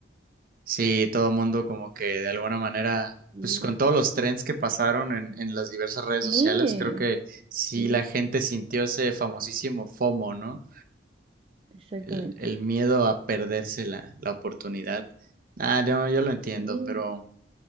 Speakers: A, on the right; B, on the right.
A: Sí, todo el mundo como que de alguna manera,
B: sí
A: pues con todos los trends que pasaron en, en las diversas redes
B: Sí,
A: sociales, creo que sí
B: sí,
A: la gente sintió ese famosísimo FOMO, ¿no?
B: exactamente.
A: El, el miedo a perderse la, la oportunidad. Ah, no, yo lo entiendo,
B: Sí,
A: pero...